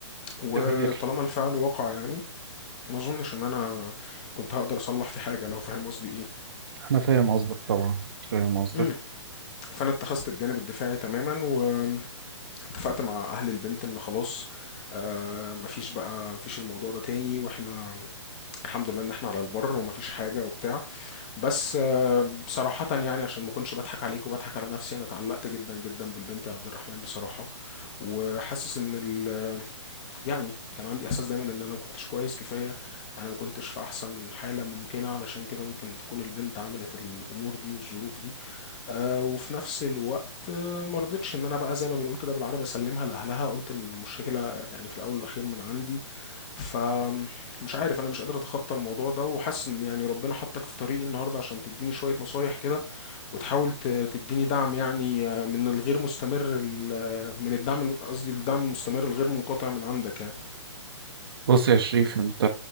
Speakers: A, on the left; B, on the right.
A: وطالما
B: جميل
A: الفعل وقع يعني ما اظنش ان انا كنت هقدر اصلح في حاجة لو فاهم قصدي ايه
B: أنا فاهم قصدك طبعا فاهم قصدك
A: مم. فانا اتخذت الجانب الدفاعي تماما و اتفقت مع اهل البنت ان خلاص آه مفيش بقى مفيش الموضوع ده تاني واحنا الحمد لله ان احنا على البر ومفيش حاجه وبتاع بس آه بصراحه يعني عشان ما اكونش بضحك عليك وبضحك على نفسي انا اتعلقت جدا جدا بالبنت يا عبد الرحمن بصراحه وحاسس ان ال- يعني كان عندي احساس دايما ان انا ما كنتش كويس كفايه انا ما كنتش في احسن حاله ممكنه علشان كده ممكن تكون البنت عملت الامور دي والظروف دي آه وفي نفس الوقت آه ما رضيتش ان انا بقى زي ما بنقول كده بالعربي اسلمها لاهلها قلت ان المشكله يعني في الاول والاخير من عندي فمش عارف انا مش قادر اتخطى الموضوع ده وحاسس ان يعني ربنا حطك في طريقي النهارده عشان تديني شويه نصايح كده وتحاول ت- تديني دعم يعني آه، من الغير مستمر ال- آه، من الدعم قصدي الدعم المستمر الغير منقطع من عندك يعني
B: بص يا شريف انت